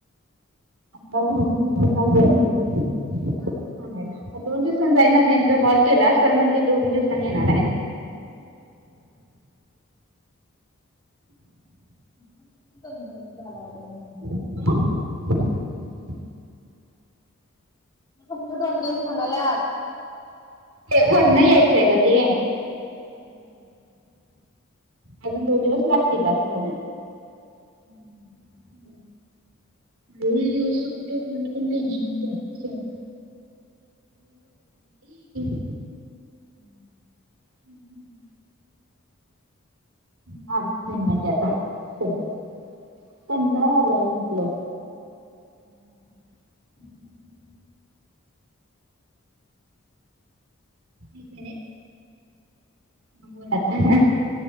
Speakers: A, on the right; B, on the left.
A: बघू <inaudible>
B: <unintelligible>
A: आणायला दोन दिवसान जाईन <unintelligible> कॉल केला सर म्हणले दोन दिवसांनी येणार आहे.
B: म्हणून तू <unintelligible>
A: <inaudible>
B: कुठलं दोन दिवस म्हणाल्यात.
A: ते वरनं यायचंय गं ते.
B: हम्म.
A: अजून दोन दिवस लागतील असं बोलले.
B: हम्म.
A: हम्म, लय दिवस सुट्ट्या <unintelligible> पण टेन्शनच आहे सगळं. <unintelligible>
B: हम्म.
A: हम्म, माझं मन म्हणजे आता सध्या, कंटाळा आलाय म्हटलं.
B: हम्म.
A: एक मिनिट. अ बोल आता,